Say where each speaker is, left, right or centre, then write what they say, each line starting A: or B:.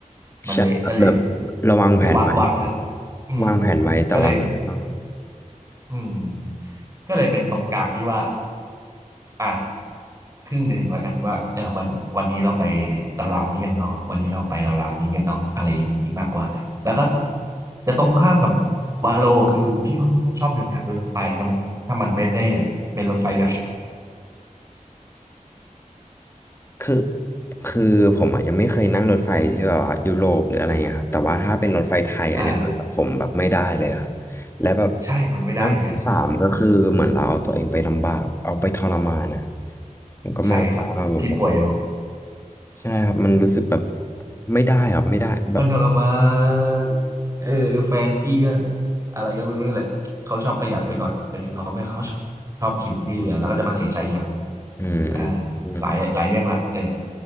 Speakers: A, on the right; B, on the left.
A: มันเละก็เลย
B: ใช่ครับแบบเราวางแผนไว้เนอะ
A: คือวางวางเอออืม
B: วางแผนไว้แต่ว่ามันก็ต้อง
A: ก็เลยอืมก็เลยเป็นตรงกลางที่ว่าอ่ะครึ่งหนึ่งแล้วกันว่าเออวันวันนี้เราไปเราวๆนี้กันเนาะวันนี้เราไปเราวๆนี้กันเนาะอะไรอย่างนี้มากกว่าแล้วก็จะตรงข้ามกับวาโลคือพี่ค่อนข้างชอบเดินทางโดยรถไฟถ้ามันถ้ามันไม่ได้แบบเป็นรถไฟแบบ
B: คือคือผมอ่ะยังไม่เคยนั่งรถไฟที่แบบว่ายุโรปหรืออะไรเงี้ยครับแต่ว่าถ้าเป็นรถไฟไทยอันเนี้ยคือผมแบบไม่ได้เลยครับและแบบ
A: อ่า ใช่ มันไม่ได้เหมือนกัน
B: นั่งชั้นสามก็คือเหมือนเราเอาตัวเองไปลำบากเอาไปทรมานนะครับผมก็มองว่าแบบโอ้โห
A: ใช่ครับ พี่ป่วยอยู่
B: ใช่ครับมันรู้สึกแบบไม่ได้ครับไม่ได้แบบ
A: มันทรมานเออแฟนพี่ก็อะไรก็ไม่รู้นั่นแหละเขาชอบประหยัดไว้ก่อนแต่คือเขาไม่เขาชอบกินนี่เหลือแล้วก็จะมาเสียใจทีหลัง
B: อืม
A: อ่า
B: อืม
A: หลายหลายเรื่องละเออ